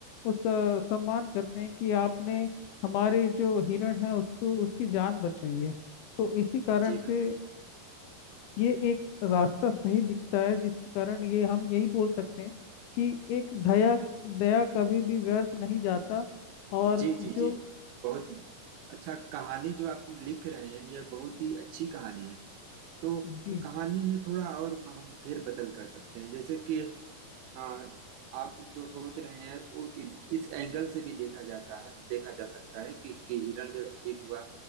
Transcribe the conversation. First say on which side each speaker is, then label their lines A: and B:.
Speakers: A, on the left; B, on the right.
A: उसका सम्मान करते हैं कि आपने हमारे जो हिरण है उसको उसकी जान बचाई है तो इसी कारण
B: जी
A: से
B: हाँ,
A: ये एक रास्ता सही दिखता है जिसके कारण ये हम यही बोल सकते हैं कि एक दया दया कभी भी व्यर्थ नहीं जाता और
B: जी
A: जो
B: जी जी बहुत अच्छा कहानी जो आप लिख रहे हैं यह बहुत ही अच्छी कहानी है तो
A: जी
B: कहानी में थोड़ा और हम फेर बदल कर सकते हैं जैसे कि हाँ आप जो सोच रहे हैं वो इस एंगल से भी देखा जाता है देखा जा सकता है कि, कि हिरण जब ठीक हुआ